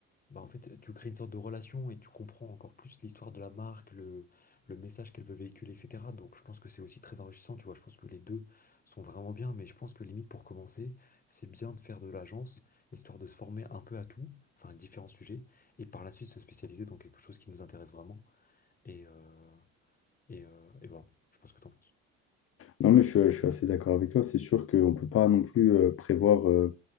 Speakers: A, on the left; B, on the left.
A: bah, en fait, tu crées une sorte de relation et tu comprends encore plus l'histoire de la marque, le, le message qu'elle veut véhiculer, etc. Donc, je pense que c'est aussi très enrichissant, tu vois. Je pense que les deux sont vraiment bien, mais je pense que limite pour commencer, c'est bien de faire de l'agence, histoire de se former un peu à tout, enfin, à différents sujets, et par la suite se spécialiser dans quelque chose qui nous intéresse vraiment. Et, euh, et, euh, et voilà, je pense que t'en penses.
B: Non, mais je, suis je suis assez d'accord avec toi. C'est sûr qu'on ne peut pas non plus euh, prévoir euh,